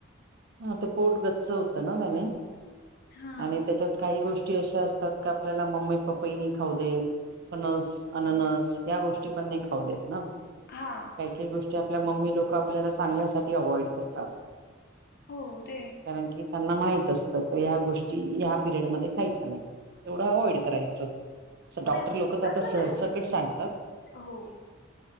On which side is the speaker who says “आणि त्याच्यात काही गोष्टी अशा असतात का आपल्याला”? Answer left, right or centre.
Right